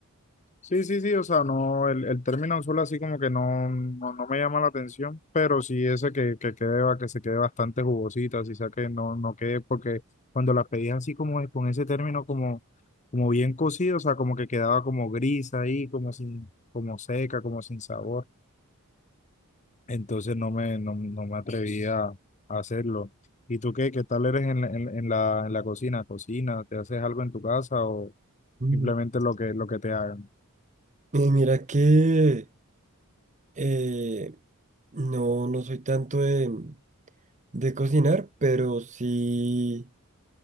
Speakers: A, on the left; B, on the right.
A: Sí, sí, sí, o sea, no, el, el término solo así como que no, no, no me llama la atención, pero sí ese que, que quede, ba- que se quede bastante jugosita, así sea que no, no quede, porque cuando la pedías así como es- con ese término como, como bien cocido, o sea, como que quedaba como gris ahí, como sin, como seca, como sin sabor, entonces no me, no, no me atrevía a a hacerlo. ¿Y tú qué, qué tal eres en, la- en, en la, en la cocina? ¿Cocina? ¿Te haces algo en tu casa o
B: Mm.
A: simplemente lo que, lo que te hagan?
B: Y mira que eh, no, no soy tanto de, de cocinar, pero sí,